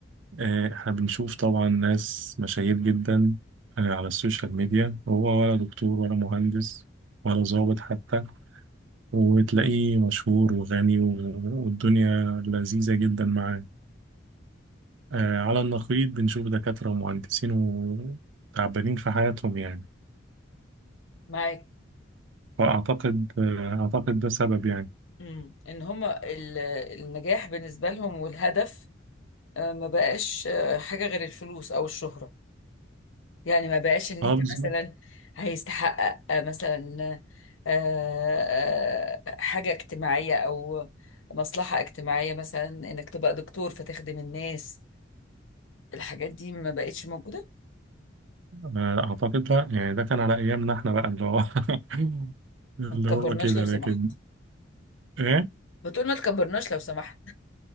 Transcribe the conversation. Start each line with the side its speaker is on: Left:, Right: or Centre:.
Right: آه، احنا بنشوف طبعا ناس مشاهير جدا آه، على السوشيال ميديا هو ولا دكتور ولا مهندس ولا ضابط حتى وتلاقيه مشهور وغني و- والدنيا لذيذة جدا معاه آه، على النقيض بنشوف دكاترة ومهندسين وتعبانين في حياتهم يعني
Left: معاك
Right: فأعتقد آه، أعتقد ده سبب يعني
Left: مم. ان هم ال- النجاح بالنسبة لهم والهدف آه، ما بقاش آه، حاجة غير الفلوس او الشهرة يعني ما بقاش ان
Right: اه
Left: انت
Right: بالظبط
Left: مثلا هيستحقق آه، مثلا آه، آه، حاجة اجتماعية او مصلحة اجتماعية مثلا انك تبقى دكتور فتخدم الناس الحاجات دي ما بقتش موجودة
Right: آه، لا أعتقد لا يعني ده كان على أيامنا إحنا بقى اللي هو <laughs> اللي
Left: ما تكبرناش
Right: هو كده
Left: لو سمحت
Right: لكن إيه
Left: بتقول ما تكبرناش لو سمحت